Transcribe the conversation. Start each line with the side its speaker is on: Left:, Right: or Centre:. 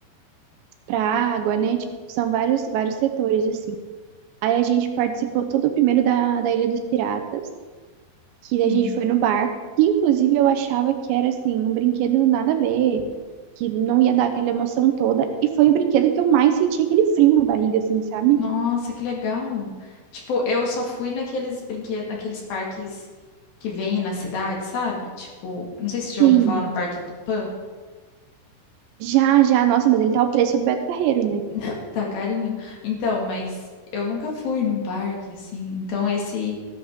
Right: para água, né? Tipo, são vários, vários setores, assim. Aí a gente participou todo o primeiro da, da Ilha dos Piratas, que daí
Left: Sim.
Right: a gente foi no barco, que inclusive eu achava que era, assim, um brinquedo nada a ver, que não ia dar aquela emoção toda. E foi o brinquedo que eu mais senti aquele frio na barriga, assim, sabe?
Left: Nossa, que legal. Tipo, eu só fui naqueles brinquedos, naqueles parques que vêm na cidade, sabe? Tipo, não sei se você já
Right: Sim,
Left: ouviu falar no Parque Tupã.
Right: já, já. Nossa, mas ele tá o preço do Beto Carreiro, né?
Left: <laughs> Tá carinho. Então, mas eu nunca fui num parque, assim. Então, esse